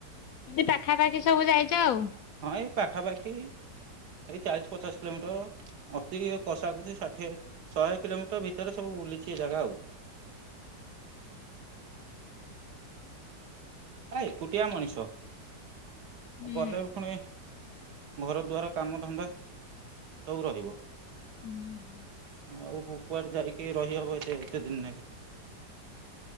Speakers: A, on the left; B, on the right.
A: ଏମିତି ପାଖାପାଖି ସବୁ ଯାଇଛ ଆଉ।
B: ହଁ ଏଇ ପାଖାପାଖି ଏଇ ଚାଳିଶ ପଚାଶ କିଲୋମିଟର ଅତି କଷା କୁଷି ଷାଠିଏ, ଶହେ କିଲୋମିଟର ଭିତରେ ସବୁ ବୁଲିଛି ଏ ଜାଗା ଆଉ। ଏରା ଏକୁଟିଆ ମଣିଷ।
A: ହୁଁ।
B: ଗଲେ ଏଇ ଖୁଣି ଘର ଦ୍ୱାର କାମଧନ୍ଦା ସବୁ ରହିବ।
A: ହୁଁ ହୁଁ।
B: ଆଉ କୁ-କୁଆଡେ ଯାଇକି ରହିହବ ଏତେ-ଏତେ ଦିନ ନାଖେ।